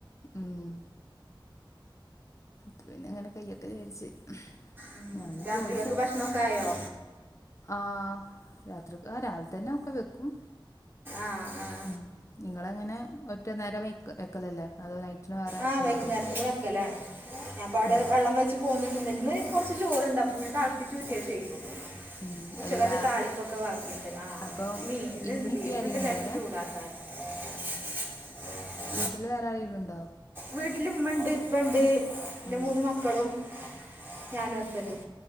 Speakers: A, on the left; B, on the right.
A: ഉം പിന്നങ്ങനെ കെയ്യട്ടേ വിചാരിച്ച്
B: ഉം.
A: ഞാനൊരു
B: രാത്രികൾക്ക്
A: കോയിസട്
B: ഭക്ഷണമൊക്കെ ആയോ
A: ആഹ് രാത്രിക്ക് ആ രാവിൽതന്നെ ഒക്കെ വെക്കും
B: ആഹ് ആഹ്
A: ഉം നിങ്ങളങ്ങനെ ഒറ്റ നേരം വെക്ക വെക്കലല്ലേ അതോ നൈറ്റിന് വേറെ
B: ആ
A: ഉണ്ടാക്കൽ
B: വൈകുന്നേരത്തിന് വെക്കലാണ് ഞാപ്പ അവടെ
A: ഏഹ്
B: വള്ളം വെച്ച് പോന്ന്ട്ട്ണ്ട് ന്ന് കൊറച്ച് ചോറ്ണ്ട് അപ്പൊ ഞ് തളപ്പിച്ചൂറ്റ ചെയ്യ
A: ഉം
B: ഉച്ചകത
A: എല്ലാ
B: താളിപ്പൊക്കെ വാക്കിണ്ട് ആ
A: അപ്പം
B: മീ ഇത്ണ്ട്
A: ഇമ്മി
B: പീഫ്ണ്ട്
A: ഇപ്പി ആരെങ്കിലും
B: ലേഷം
A: ഉണ്ടോ അവിടെ
B: ചൂടാക്കാൻ ആ ആഹ
A: വീട്ടില് വേറെ ആളിലുണ്ടോ
B: വീട്ടില് ഇമ്മണ്ട് ഇപ്പണ്ട് ഇന്റെ
A: ആ
B: മൂന്ന് മക്കളും ഞാനു ഹസ്ബന്റും